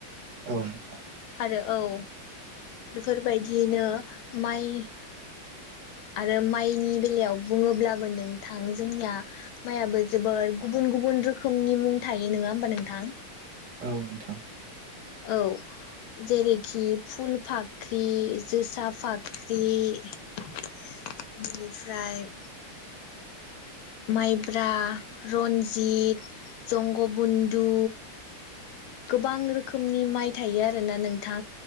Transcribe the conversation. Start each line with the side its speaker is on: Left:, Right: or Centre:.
Right: औ नोंथां
Left: आरो औ । बेफोरबायदियैनो माइ आरो माइनि बेलायाव बुङोब्लाबो नोंथां जोंनिया माइयाबो जोबोर गुबुन गुबुन रोखोमनि मुं थायो नङा होमबा नोंथां?
Right: औ नोंथां।
Left: औ जेरैखि फुल फाख्रि जोसा फाख्रि बिनिफ्राय माइब्रा रन्जित जंगबन्धु गोबां रोखोमनि माइ थायो आरोना नोंथां।